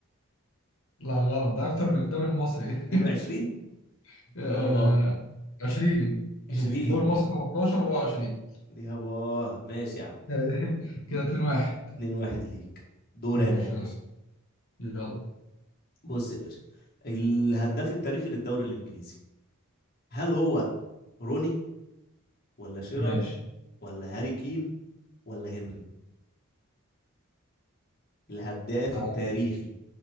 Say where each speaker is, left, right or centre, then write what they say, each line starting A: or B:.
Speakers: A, on the left; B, on the left.
A: لا غلط ده أكتر من الدوري المصري
B: 22
A: <laughs> آه،
B: يابا
A: 20
B: 20
A: 20 الدوري المصري 18 وهو 20
B: يابا ماشي يا عم
A: <laughs> كده 2 1
B: 2 1 ليك دور
A: ماشي
B: انا يا باشا
A: يلا يلا
B: بص يا باشا الهداف التاريخي للدوري الانجليزي هل هو روني ولا شيرر
A: ماشي
B: ولا هاري كين ولا هنري الهداف
A: أع-
B: التاريخي